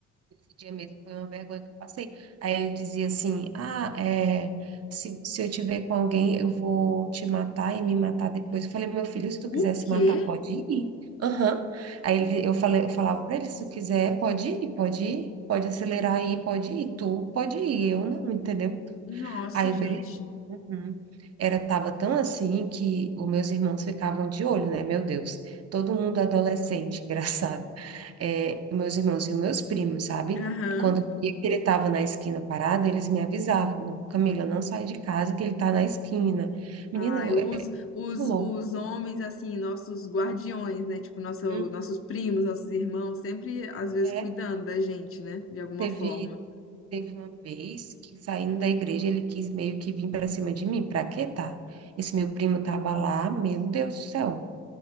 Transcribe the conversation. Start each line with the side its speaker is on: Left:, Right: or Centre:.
Right: Esse dia mesmo foi uma vergonha que eu passei. Aí ele dizia assim: Ah, é, se, se eu te ver com alguém, eu vou te matar e me matar depois. Eu falei, meu filho, se tu
Left: O
Right: quiser se
Left: quê?
Right: matar, pode ir. Aham. Aí ele, eu falei, eu falava pra ele: se tu quiser, pode ir, pode ir, pode acelerar aí, pode ir. Tu pode ir, eu não, entendeu?
Left: Nossa,
Right: Aí,
Left: gente.
Right: beleza. Uhum. Era, tava tão assim que os meus irmãos ficavam de olho, né? Meu Deus, todo mundo adolescente, <laughs> engraçado. É, meus irmãos e os meus primos, sabe?
Left: Aham.
Right: Quando eu via que ele estava na esquina parado, eles me avisavam, "Não, Camila, não sai de casa que ele está na esquina. Menina,
Left: Ai,
Right: eu-
Left: os,
Right: é
Left: os,
Right: muito louco.
Left: os homens, assim, nossos guardiões, né? Tipo, nosso,
Right: Uhum.
Left: nossos primos, nossos irmãos, sempre, às vezes,
Right: É,
Left: cuidando da gente, né? De alguma
Right: teve,
Left: forma.
Right: teve uma vez que saindo da igreja, ele quis meio que vir para cima de mim. Pra quê, tá? Esse meu primo tava lá, meu Deus do céu.